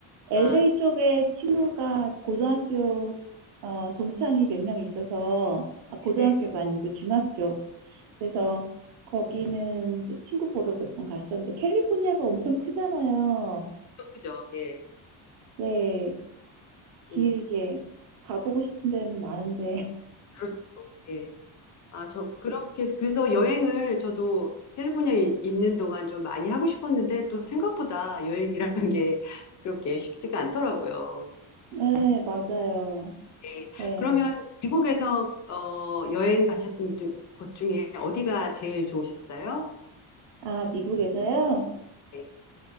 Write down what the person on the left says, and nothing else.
아,
네.
그렇죠. 예.
음,
그렇죠. 예. 아, 저 그렇게 해서- 그래서 여행을 저도 캘리포니아에 있는 동안 좀 많이 하고 싶었는데 또 생각보다 여행이라는 게 그렇게 쉽지가 않더라고요.
네.
그러면 미국에서 어, 여행 가셨던 주- 곳 중에 어디가 제일 좋으셨어요?
네.